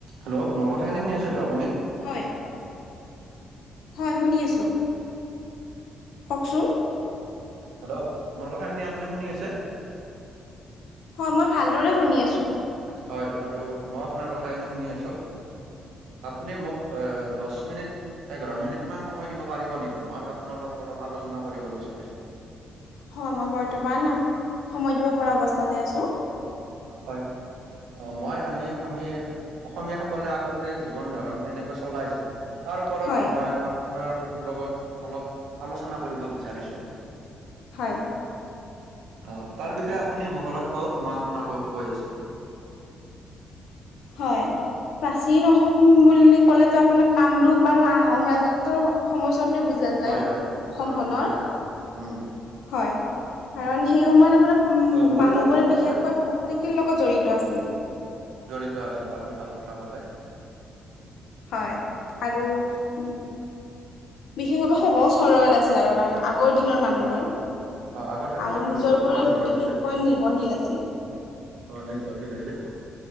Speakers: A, on the right; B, on the left.
A: Hello, মোৰ কথাখিনি শুনি আছে তো আপুনি?
B: হয় হয় শুনি আছো, কওঁকচোন।
A: হেল্ল', মোৰ কথাখিনি আপুনি শুনি আছে?
B: হয়, মই ভালদৰে শুনি আছো।
A: হয়, আৰু মই আপোনাৰ কথাখিনি শুনি আছোঁ। আপুনি মোক এ, দশ মিনিট এঘাৰ মিনিট মান সময় দিব পাৰিব নেকি, মই আপোনাৰ লগত অলপ আলোচনা কৰিব বিচাৰিছোঁ।
B: হয় মই বৰ্তমান আপ, সময় দিব পৰা অৱস্থাতে আছোঁ।
A: হয়, অ', মই আমি আমি অসমীয়াসকলে আগতে জীৱন ধাৰণ কেনেকৈ চলাইছিল তাৰ ওৰত
B: হয়
A: মই আপোনাৰ লগত অলপ আলোচনা কৰিব বিচাৰিছোঁ।
B: হয়।
A: অ', তাৰ বিষয়ে আপুনি মোক অলপ কওঁক মই আপোনাকো কৈ আছো।
B: হয়। প্ৰাচীন অসম বুলি ক'লেতো আপোনাৰ কামৰূপ আৰু আহোম ৰাজত্বৰ সময়ছোৱা বুজা
A: হয়
B: যায়
A: হয়
B: অসমখনৰ,
A: হয় বুজা যায়। উম,
B: হয়। কাৰণ সেই সময়ত আপোনাৰ উম,
A: অ' মই ক'লেতো
B: মানুহবোৰে বিশেষকৈ
A: হয়।
B: প্ৰকৃতিৰ লগত জড়িত আছিল।
A: জড়িত আছিল হয়, আপুনি ভাল কথা কৈলে।
B: হয়, আৰু <unintelligible> বিশেষভাৱে সহজ-সৰল আছিল আৰু কাৰণ আগ আগৰ দিনৰ মানুহবোৰ।
A: হয়। অ' আগৰ দিনৰ
B: আৰু
A: মানুহবোৰ
B: নিজৰ
A: বহুত
B: ওপৰত
A: সহজ সৰল
B: বিশেষকৈ
A: আছিল
B: নিৰ্ভৰশীল আছিল।
A: অ', নিৰ্ভৰশীল আছিল।